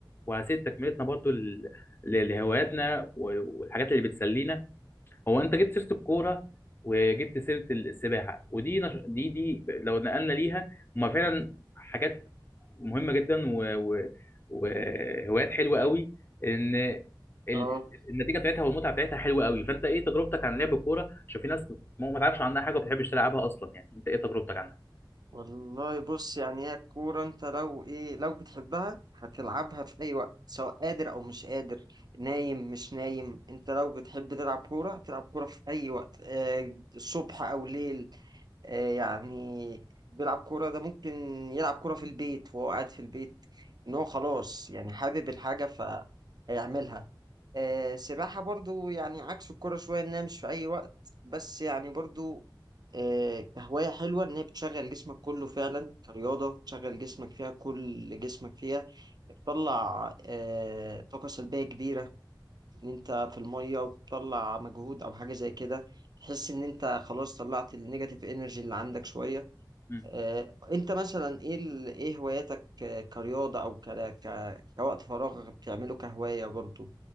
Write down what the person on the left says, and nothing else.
وعلى سبيل تكملتنا برضو ل- ل- لهواياتنا و- والحاجات اللي بتسلينا هو انت جبت سيره الكوره وجبت سيره السباحه ودي نش... دي دي لو نقلنا ليها هما فعلا حاجات مهمه جدا و... و... وهوايات حلوه قوي ان ال...
النتيجه بتاعتها والمتعه بتاعتها حلوه قوي فانت ايه تجربتك عن لعب الكوره عشان في ناس ما ما تعرفش عنها حاجه وما بتحبش تلعبها اصلا يعني انت ايه تجربتك عنها
امم